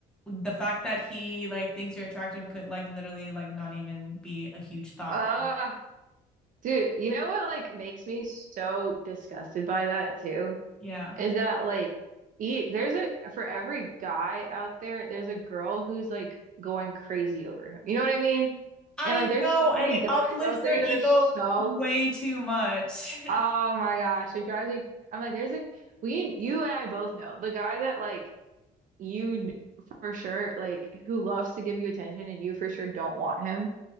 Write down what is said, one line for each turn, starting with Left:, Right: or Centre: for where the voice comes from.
Centre: the fact that he like thinks you're attractive could like literally like not even be a huge thought.
Right: Uh, dude, you know what like makes me so disgusted by that too?
Centre: Yeah.
Right: Is that like e there's a for every guy out there, there's a girl who's like going crazy over him. You know what I mean?
Centre: I
Right: And like there's
Centre: know,
Right: so many
Centre: and it
Right: guys
Centre: uplifts
Right: out there
Centre: their ego
Right: that are so
Centre: way too much.
Right: oh
Centre: <laughs>
Right: my gosh, it drives me I'm like there's like we you and I both know the guy that like you for sure like who loves to give you attention and you for sure don't want him,